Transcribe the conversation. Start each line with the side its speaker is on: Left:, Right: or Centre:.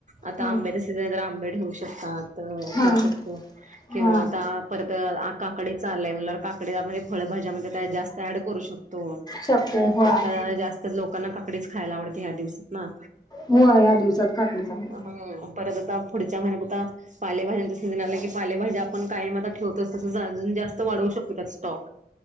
Right: आता
Left: हा
Right: आंब्याच सीझन आहे तर आंबे ठेवू शकतात
Left: हा
Right: ठेवू शकतो किंवा
Left: हा
Right: आता परत आ काकडी च म्हटल्यावर काकडी आप फळ्याभज्यामध्ये जास्त ऍड करू शकतो
Left: शकतोय होय.
Right: आता जास्तच लोक लोकांना काकडीच खायला आवते ह्या दिवसात ना
Left: हो ह्या दिवसात काकडी चांगली
Right: ह परत आता पुढच्या महिन्यात आता पालेभाज्यांचा सीझन आला की पालेभाजी आपण कायम आता ठेवतो तस अजून जास्त वाढवू शकतो स्टॉक